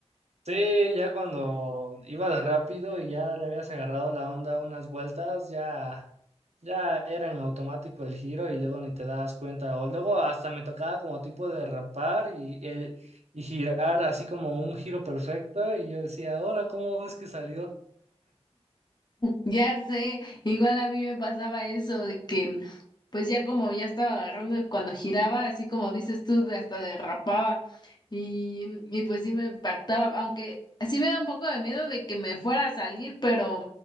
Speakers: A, on the right; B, on the left.
A: Sí, ya cuando iba de rápido y ya le habías agarrado la onda unas vueltas, ya, ya era en automático el giro y luego ni te das cuenta. O luego hasta me tocaba como tipo derrapar y, el, y girar así como un giro perfecto y yo decía, ahora, ¿cómo es que salió?
B: Ya sé, igual a mí me pasaba eso de que, pues ya como ya estaba agarrando y cuando giraba, así como dices tú, de- hasta derrapaba y, y pues sí me impactaba, aunque sí me da un poco de miedo de que me fuera a salir, pero,